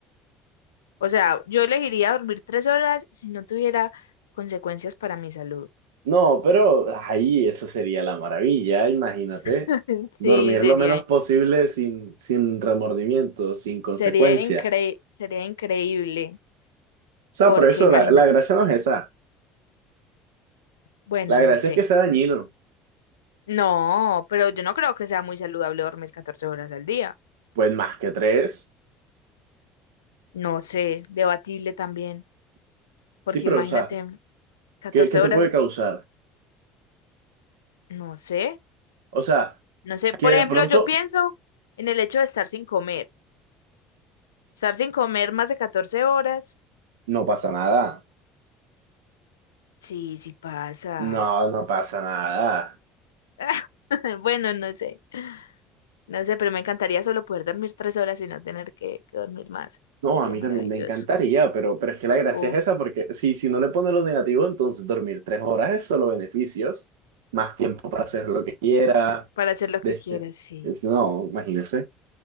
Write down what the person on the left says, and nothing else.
O sea, yo elegiría dormir tres horas si no tuviera consecuencias para mi salud.
<laughs> Sí,
sería.
Sería incre- sería increíble,
porque
imagínate,
bueno,
no sé.
No, pero yo no creo que sea muy saludable dormir 14 horas al día.
No sé, debatible también,
porque
imagínate,
14
horas,
no sé.
No sé, por
ejemplo,
yo pienso en el hecho de estar sin comer. Estar sin comer más de 14 horas.
Sí, sí pasa.
<laughs> Bueno, no sé. No sé, pero me encantaría solo poder dormir tres horas y no tener que, que dormir más.
Sería
maravilloso.
O
para hacer lo que
quieras, sí.